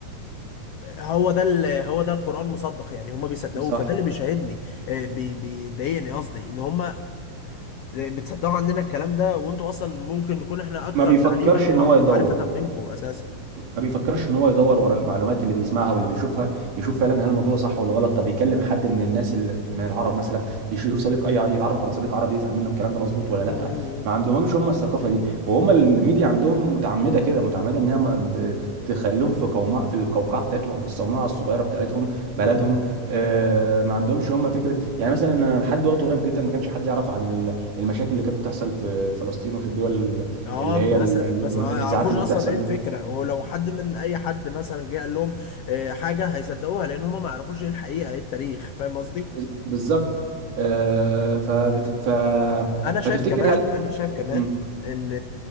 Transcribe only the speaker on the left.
هو ده ال- هو ده القرآن مصدق يعني هم بيصدقوه
فده اللي بيشاهدني آه، بي- بيضايقني قصدي ان هم بتصدقوا عننا الكلام ده وانتوا اصلا ممكن نكون احنا اكثر
تعليما
ومعرفة
منكم اساسا
مم.
مم.
اه
مثلا
مثلا ما
يعرفوش
اصلا
ايه الفكره
ولو حد من اي حد مثلا جه قال لهم آه، حاجه هيصدقوها لان هم ما يعرفوش ايه الحقيقه ايه التاريخ فاهم قصدي
انا شايف
كمان
انا شايف كمان
ان